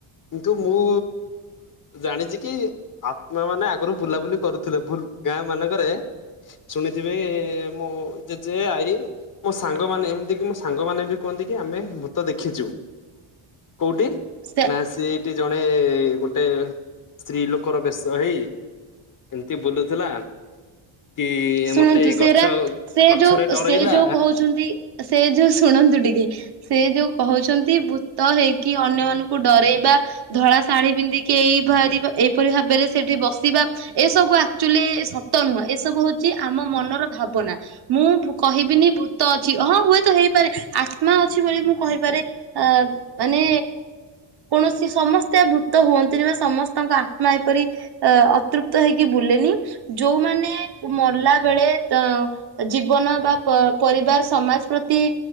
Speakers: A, on the left; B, on the right.
A: କିନ୍ତୁ ମୁଁ ଜାଣିଛି କି ଆତ୍ମା ମାନେ ଆଗରୁ ବୁଲାବୁଲି କରୁଥିଲେ ଭୁଲ ଗାଁ ମାନଙ୍କରେ ଶୁଣିଥିବେ ମୁଁ ଜେଜ ଆଈ ମୋ ସାଙ୍ଗମାନେ ଏମିତିକି ମୋ ସାଙ୍ଗମାନେ ବି କୁହନ୍ତି କି ଆମେ ଭୂତ ଦେଖିଛୁ କୋଉଠି?
B: ସେ
A: ନା ସିଏଠି ଜଣେ ଗୋଟେ ସ୍ତ୍ରୀ ଲୋକର ବେଶ ହେଇ ଏମିତି ବୁଲୁଥିଲା। କି
B: ଶୁଣନ୍ତୁ
A: ମତେ
B: ସେରା
A: ଗଛ
B: ସେ
A: ଗଛରେ
B: ଯୋଉ
A: ଡରେଇଲା
B: ସେ ଯୋଉ କହୁଛନ୍ତି ସେ ଯୋଉ ଶୁଣନ୍ତି। ଟିକେ ସେ ଯୋଉ କହୁଛନ୍ତି ଭୂତ ହେଇକି ଅନ୍ୟମାନଙ୍କୁ ଡରେଇବା ଧଳା ଶାଢୀ ପିନ୍ଧିକି ଏଇ ବା ଏଇପରି ଭାବରେ ସେଠି ବସିବା ଏସବୁ ଆକଚୁଆଲି ସତ ନୁହଁ ଏସବୁ ହଉ ଆମ ମନର ଭାବନା ମୁଁ କହିବିନି ଭୂତ ଅଛି ହଁ ହୁଏତ ହେଇପାରେ ଆତ୍ମା ଅଛି ବୋଲି ମୁଁ କହିପାରେ ଅ ମାନେ କୌଣସି ସମସ୍ତେ ଭୂତ ହୁଅନ୍ତିନି ବା ସମସ୍ତଙ୍କ ଆତ୍ମା ଏପରି ଅ ଅତୃପ୍ତ ହେଇକି ବୁଲେନି ଯୋଉମାନେ ମଲା ବେଳେ ଅ ଜୀବନ ବା ପରିବାର ସମାଜ ପ୍ରତି